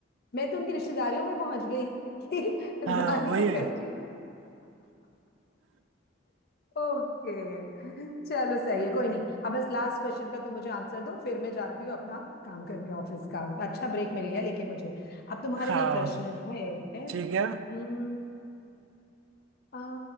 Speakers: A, on the left (about 55°); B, on the right (about 85°).
A: मैं तो उनकी रिश्तेदारियों में पहुंच गई कि
B: हाँ
A: रानी
B: वही
A: मुखर्जी
B: है।
A: ओके चलो सही है कोई नहीं अब बस लास्ट क्वेश्चन का तो मुझे आंसर दो फिर मैं जाती हूँ अपना काम करने ऑफिस का अच्छा ब्रेक मिल गया लेकिन मुझे अब तुम्हारे
B: हाँ
A: लिए प्रश्न है
B: ठीक है
A: हम्म, आ,